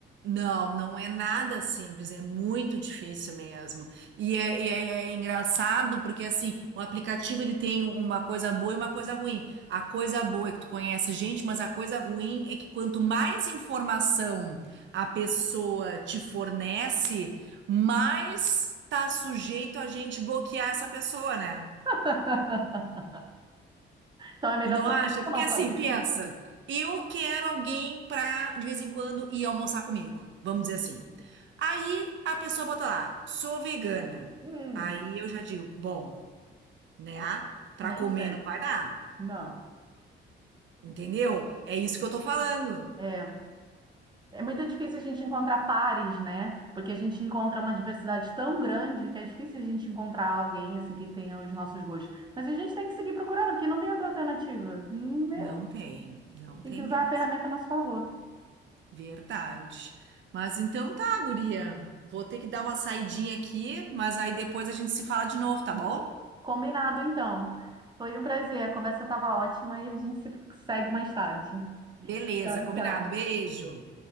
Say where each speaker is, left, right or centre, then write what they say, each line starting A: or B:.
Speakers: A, on the right; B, on the right.
A: Não, não é nada simples, é muito difícil mesmo. E é, e é- é engraçado porque assim, o aplicativo ele tem uma coisa boa e uma coisa ruim. A coisa boa é que tu conhece gente, mas a coisa ruim é que quanto mais informação a pessoa te fornece, mais tá sujeito a gente bloquear essa pessoa, né?
B: <laughs> Então, é melhor
A: Tu não
B: saber
A: acha? Porque
B: ou não saber?
A: assim, pensa, eu quero alguém pra de vez em quando ir almoçar comigo, vamos dizer assim. Aí a pessoa bota lá, sou vegana.
B: Hum.
A: Aí eu já digo, bom, né? Pra
B: Nem
A: comer
B: sei.
A: não vai dar,
B: Não.
A: entendeu? É isso que eu tô falando.
B: É, é muito difícil a gente encontrar pares, né? Porque a gente encontra uma diversidade tão grande que é difícil a gente encontrar alguém assim que tenha os nossos gostos. Mas a gente tem que seguir procurando, porque não tem outra alternativa. Hum, né?
A: Não tem, não tem
B: Tem que usar
A: mesmo.
B: a ferramenta a nosso favor.
A: Verdade. Mas então tá, guria. Vou ter que dar uma saidinha aqui, mas aí depois a gente se fala de novo, tá bom?
B: Combinado, então. Foi um prazer. A conversa estava ótima e a gente se segue mais tarde.
A: Beleza,
B: Tchau,
A: combinado.
B: tchau.
A: Beijo.